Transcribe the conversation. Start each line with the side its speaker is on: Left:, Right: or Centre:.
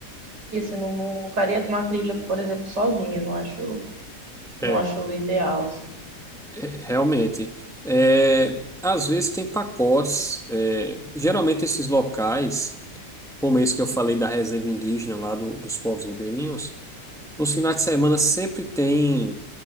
Right: assim, não, não não faria uma trilha, por exemplo, sozinha, não acho, não
Centre: é.
Right: acho o ideal, assim.
Centre: É, realmente. É, às vezes tem pacotes. é, geralmente esses locais, como esse que eu falei da reserva indígena lá do- dos povos ribeirinhos, nos finais de semana sempre tem.